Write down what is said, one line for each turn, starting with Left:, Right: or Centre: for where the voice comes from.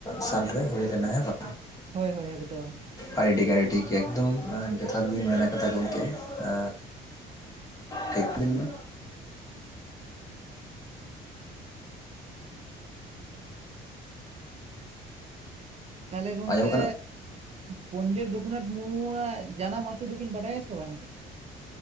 Left: ᱥᱟᱞᱨᱮ ᱦᱩᱭ ᱞᱮᱱᱟ ᱦᱮᱸ ᱵᱟᱝ?
Right: ᱦᱳᱭ ᱦᱳᱭ ᱮᱠᱫᱚᱢ ᱾
Left: ᱟᱹᱰᱤ ᱴᱷᱤᱠ ᱟᱹᱰᱤ ᱴᱷᱤᱠ ᱮᱠᱫᱚᱢ ᱟᱸ ᱡᱚᱛᱷᱟᱛ ᱵᱤᱱ ᱢᱮᱱ ᱟᱠᱟᱫᱟ ᱜᱚᱝᱠᱮ ᱟᱻ <unintelligible>
Right: ᱛᱟᱦᱚᱞᱮ ᱜᱚᱝᱠᱮ
Left: ᱟᱸᱡᱚᱢᱚᱜ ᱠᱟᱱᱟ?
Right: ᱯᱚᱱᱰᱤᱛ ᱨᱚᱜᱷᱩᱱᱟᱛᱷ ᱢᱩᱨᱢᱩᱣᱟᱜ ᱡᱟᱱᱟᱢ ᱟᱛᱳ ᱫᱚᱵᱤᱱ ᱵᱟᱰᱟᱭᱟ ᱥᱮ ᱵᱟᱝᱜᱮ?